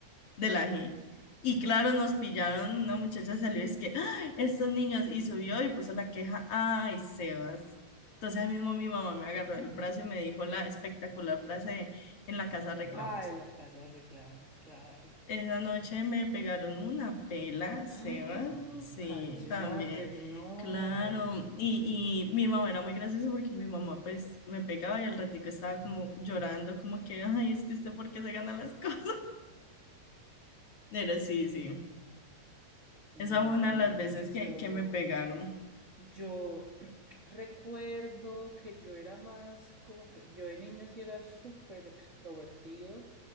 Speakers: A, on the left (about 40°); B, on the right (about 20°).
A: de la G. Y claro, nos pillaron, una muchacha salió y es que, "Ah, estos niños, y subió y puso la queja, ay, Sebas. Entonces ahí mismo mi mamá me agarró
B: <laughs>
A: el brazo y me dijo la espectacular frase de, en la casa arreglamos.
B: Ay, la casa arreglada, claro.
A: Esa noche me pegaron una pela,
B: Ah,
A: Sebas, sí,
B: cállate,
A: también,
B: no.
A: claro. Y, y mi mamá era muy graciosa porque mi mamá pues me pegaba y al ratico estaba como llorando, como que, ay, es que usted por qué se gana las <laughs> cosas. Pero sí, sí.
B: No,
A: Esa fue una de las veces
B: yo,
A: que, que me pegaron.
B: yo <clears throat> recuerdo que yo era más como que yo de niño sí era súper extrovertido